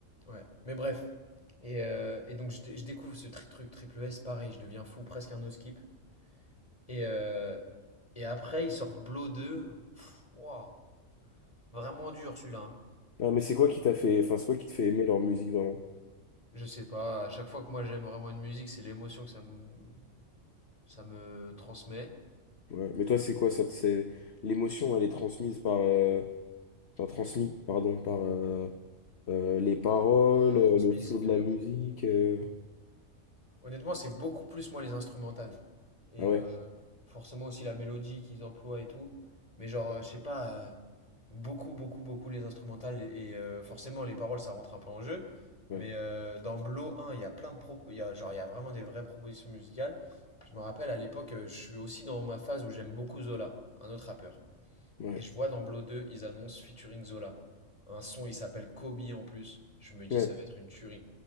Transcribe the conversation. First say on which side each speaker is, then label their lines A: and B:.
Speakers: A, on the left; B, on the left.
A: Ouais. Mais bref. Et, euh, et donc, je, dé- je découvre ce tri- truc triple S, pareil, je deviens fou, presque un no skip. Et, euh, et après, ils sortent Blow 2. Pff, ouah, vraiment dur celui-là. hein.
B: Ah, mais c'est quoi qui t'a fait, enfin, c'est quoi qui te fait aimer leur musique vraiment?
A: Je sais pas, à chaque fois que moi j'aime vraiment une musique, c'est l'émotion que ça me, ça me transmet.
B: Ouais. Mais toi, c'est quoi ça, te- c'est l'émotion, elle est transmise par, euh, enfin, transmise, pardon, par euh, euh, les paroles,
A: Non,
B: euh,
A: transmise,
B: le flow
A: c'était
B: de la
A: bien.
B: musique. euh.
A: Honnêtement, c'est beaucoup plus moi les instrumentales. Et
B: Ah
A: euh,
B: ouais,
A: forcément aussi la mélodie qu'ils emploient et tout. Mais genre, euh, je sais pas, euh, beaucoup, beaucoup, beaucoup les instrumentales. Et, et, euh, forcément, les paroles, ça rentre un peu en jeu.
B: ouais,
A: Mais euh, dans Blow 1, il y a plein de pro- il y a, genre, il y a vraiment des vraies propositions musicales. Je me rappelle à l'époque, euh, je suis aussi dans ma phase où j'aime beaucoup Zola, un autre rappeur.
B: ouais,
A: Et je vois dans Blow 2, ils annoncent featuring Zola. Un son, il s'appelle Kobe en plus. Je me dis,
B: ouais,
A: ça va être une tuerie.